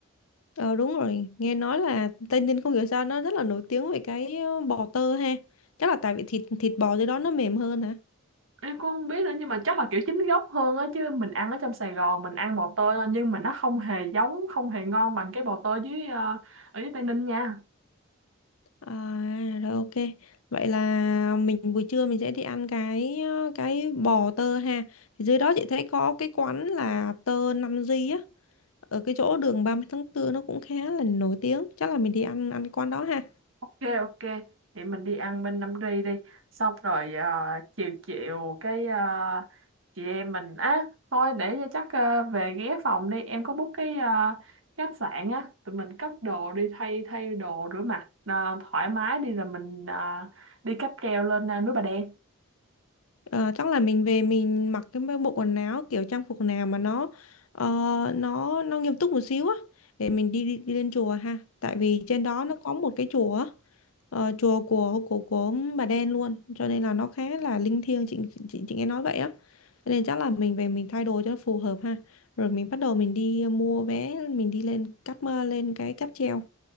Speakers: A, on the left (about 85°); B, on the right (about 70°).
A: Ờ đúng rồi, nghe nói là Tây Ninh không hiểu sao nó rất là nổi tiếng về cái ờ, bò tơ ha. Chắc là tại vì thịt thịt bò dưới đó nó mềm hơn
B: em cũng không biết nữa nhưng mà chắc là kiểu chính gốc hơn á chứ mình ăn ở trong Sài Gòn mình ăn bò tơi thôi, nhưng mà nó không hề giống không hề ngon bằng cái bò tơi dưới ờ, ở dưới Tây Ninh nha
A: À, rồi ok. Vậy là mình buổi trưa mình sẽ đi ăn cái ờ, cái bò tơ ha. Thì dưới đó chị thấy có cái quán là tơ năm g á, ở cái chỗ đường 30 tháng 4 nó cũng khá là nổi tiếng. Chắc là mình đi ăn ăn quán đó ha.
B: ok ok vậy mình đi ăn bên Nam Ri đi xong rồi ờ, chiều chiều cái ờ, chị em mình á thôi để cho chắc ờ, về ghé phòng đi em có book cái ờ, khách sạn á tụi mình cất đồ đi thay thay đồ rửa mặt ờ, thoải mái đi rồi mình ờ, đi cáp treo lên ờ, núi Bà Đen
A: Ờ, chắc là mình về mình mặc cái bộ quần áo kiểu trang phục nào mà nó ờ, nó nó nghiêm túc một xíu á để mình đi, đi đi lên chùa ha. Tại vì trên đó nó có một cái chùa á, ờ, chùa của của của bà đen luôn cho nên là nó khá là linh thiêng chị chị chị nghe nói vậy á cho nên chắc là mình về mình thay đồ cho nó phù hợp ha rồi mình bắt đầu mình đi ờ, mua vé mình đi lên cáp mơ lên cái cáp treo